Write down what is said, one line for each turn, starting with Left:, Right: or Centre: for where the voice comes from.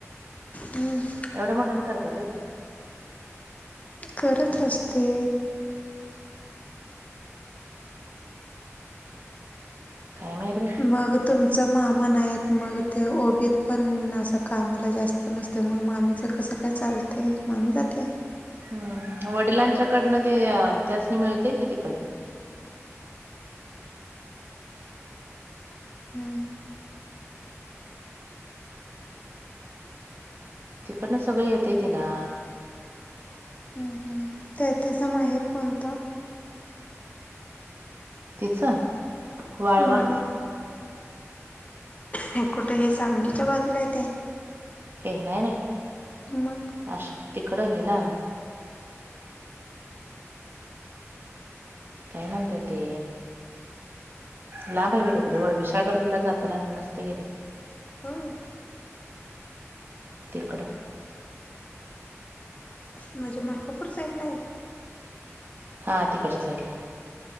Left: हम्
Right: एवढ मोठ्याण करत्यात होय पण
Left: करत असते.
Right: काय माहित बाई
Left: मगत तुमच मामा नाही आहेत मग ते ओबीत पण असं कामाला जास्त नसत तर मग मामीच कसं काय चालतय मामी जात्या?
Right: हम् वडिलांच्याकडनं ते त्यासनी मिळतय कि तिकडनं.
Left: हम्म
Right: तिकडनं सगळं येतेय तिला
Left: हम हम त्या तिचां माहेर कोणतं?
Right: तिच वाळवा.
Left: मामी हे कुठं हे सांगलीच्या बाजूला येतय?
Right: हे नाही नाही.
Left: मग
Right: <unintelligible> तिकडं हेला. काय म्हणतात ते? लांब आहे तिकडं विशाळगड जाताना नसतय काय ते?
Left: होय.
Right: तिकड.
Left: म्हणजे, मलकापूर साईड ला आहे?
Right: हा तिकडच्या साईड ला.